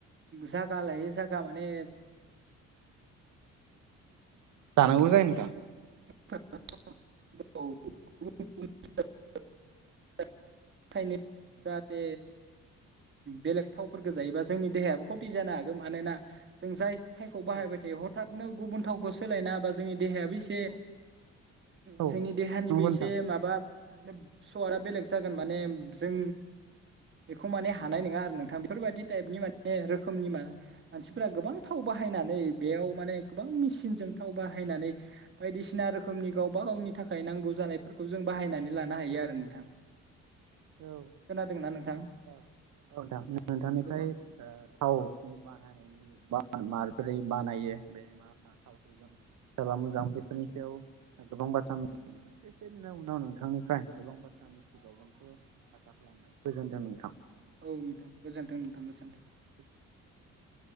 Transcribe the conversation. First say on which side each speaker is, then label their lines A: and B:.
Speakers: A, on the right; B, on the right.
A: जागा लायै जागा माने
B: जानांगौ जायो नोंथां।
A: <unintelligible> खायनो जाहाथे बेलेग थावफोरखौ जायोबा जोंनि देहायाबो खथि जानो हागौ मानोना जों जाय थाइखौ
B: औ
A: बाहायबाय थायो हद साननो गुबुन थावखौ सोलायना बा जोंनि देहायाबो इसे
B: औ औ। औ
A: जोंनि देहानिबो
B: नंगौ नोंथां।
A: एसे माबा सवारा बेलेग गों माने जों बेखौ माने हानाय नङा आरो नोंथां बेफोरबायदि टाइपनि मान ने रोखोमनि मा मानसिफोरा गोबां थाव बाहायनानै बेयाव माने गोबां मेसिनजों थाव बाहायनानै बायदिसिना रोखोमनि गावबा गावनि थाखाय नांगौ जानायफोरखौ जों बाहायनानै लानो हायो आरो नोंथां।
B: औ ओ
A: खोनादोंना नोंथां
B: औ नोंथां नोंथांनिफ्राय
A: गोबां
B: ओ थावनि बानायनायनि मा माबोरै बानायो बे मा थावखौ जों सोराबा मोजां बेफोरनि सायाव गोबां बाथ्रा मिथिनो मोनबाय सबेबादिनो उनाव नोंथांनिफ्राय गोबां बाथ्रा मिथिबावगोन। खौ आसा खालामबाय गोजोन्थों नोंथां।
A: औ नोंथां गोजोनथों नोंथां गोजोनथों।
B: <inaudible>